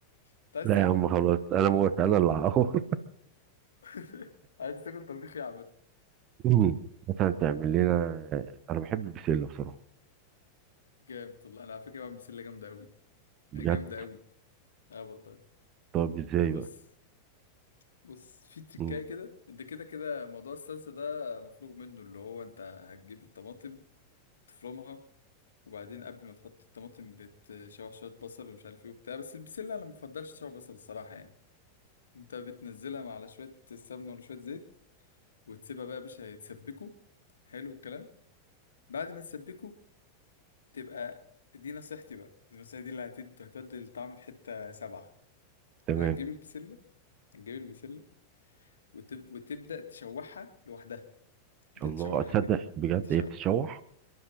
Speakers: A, on the left; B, on the right.
A: أنت عايز
B: لا يا عم خلاص انا موت انا اللي هقور
A: <laughs> عايز تاكل طبيخ ايه يا عم
B: مم. مثلا تعمل لنا انا بحب البسله بصراحه
A: جامد والله انا على فكره بعمل بسله جامده قوي
B: بجد
A: جامده قوي اه والله
B: طب ازاي
A: بص
B: بقى
A: بص في تريكايه
B: مم.
A: كده انت كده كده موضوع الصلصه ده مفروغ منه اللي هو انت هتجيب الطماطم تفرمها وبعدين قبل ما تحط الطماطم بتشوح شوية بصل ومش عارف ايه وبتاع بس البسلة انا مبفضلش تشوح بصل الصراحة يعني انت بتنزلها مع على شوية سمنة ولا شوية زيت وتسيبها بقى يا باشا يتسبكوا حلو الكلام بعد ما تسبكوا تبقى دي نصيحتي بقى دي نصيحتي دي اللي هتد- هتودي الطعم في حتة سبعة
B: تمام
A: هتجيب البسلة هتجيب البسلة وتب... وتبدأ تشوحها لوحدها تبدأ
B: الله
A: تشوحها
B: اتصدق
A: كده
B: بجد
A: تشوح
B: هي بتتشوح